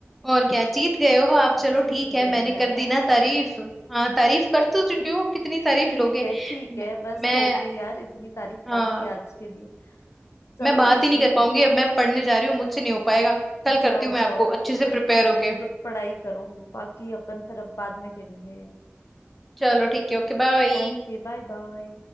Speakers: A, in the centre; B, on the left (about 75°).
A: और क्या जीत गए हो आप चलो
B: जीत
A: ठीक है
B: गई
A: मैंने
B: मैं
A: कर
B: ना
A: दी ना तारीफ हाँ तारीफ कर तो चुकी हूँ अब कितनी तारीफ
B: ठीक
A: लोगे
B: है ठीक
A: मैं,
B: है बस
A: मैं
B: हो गई यार इतनी तारीफ
A: हाँ
B: काफी है आज के लिए चलो
A: मैं बात
B: ठीक
A: ही नहीं
B: है
A: कर पाऊंगी अब मैं पढ़ने जा रही हूँ मुझसे नहीं हो पाएगा कल करती
B: जाओ
A: हूँ मैं
B: जाओ
A: आपको अच्छे से
B: बिल्कुल
A: प्रिपेयर होके
B: बिल्कुल पढ़ाई करो बाकी अपन फिर अब बाद में खेलेंगे
A: चलो ठीक है ओके बाय
B: ओके Bye bye